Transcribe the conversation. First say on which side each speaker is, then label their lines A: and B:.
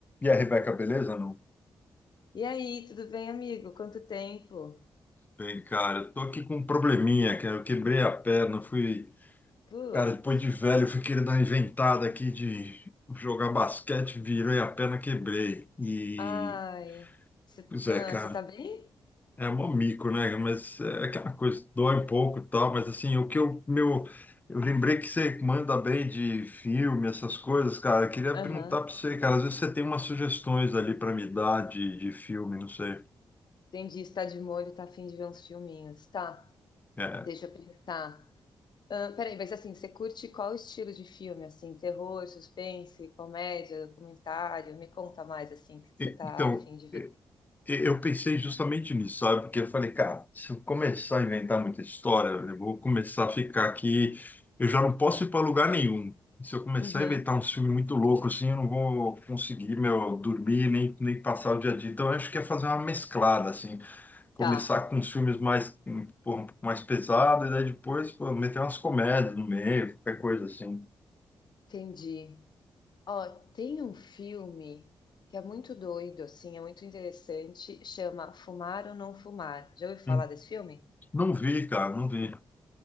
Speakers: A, on the left; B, on the left.
A: E a Rebeca, beleza? Não.
B: E aí, tudo bem, amigo? Quanto tempo?
A: Bem, cara, eu tô aqui com um probleminha, cara. Eu quebrei a perna, fui.
B: Putz.
A: Cara, depois de velho, eu fui querer dar uma inventada aqui de jogar basquete, virei a perna, quebrei. E.
B: Ai. Você
A: Pois
B: ah,
A: é, cara.
B: cê tá bem?
A: É mó mico, né? Mas é aquela coisa, dói um pouco e tal, mas assim, o que eu. Meu. Eu lembrei que você manda bem de filme, essas coisas, cara. Eu queria
B: Aham.
A: perguntar pra você, cara. Às vezes você tem umas sugestões ali pra me dar de, de filme, não sei.
B: Entendi. Está de molho, tá afim de ver uns filminhos. Tá,
A: É.
B: deixa eu pensar. Ah, peraí, mas assim, você curte qual estilo de filme? Assim, terror, suspense, comédia, documentário? Me conta mais, assim, o que
A: e-
B: você tá
A: Então.
B: afim de ver.
A: E- Eu pensei justamente nisso, sabe? Porque eu falei, cara, se eu começar a inventar muita história, eu vou começar a ficar aqui. Eu já não posso ir para lugar nenhum. Se eu começar
B: Uhum.
A: a inventar um filme muito louco, assim, eu não vou conseguir, meu, dormir nem, nem passar o dia a dia. Então, eu acho que é fazer uma mesclada, assim. Começar
B: Tá,
A: com os filmes mais, hum, pô, um pouco mais pesados, e daí depois, pô, meter umas comédias no meio, qualquer coisa assim.
B: entendi. Ó, tem um filme que é muito doido, assim, é muito interessante, chama Fumar ou Não Fumar. Já ouviu falar
A: Hum.
B: desse filme?
A: Não vi, cara, não vi.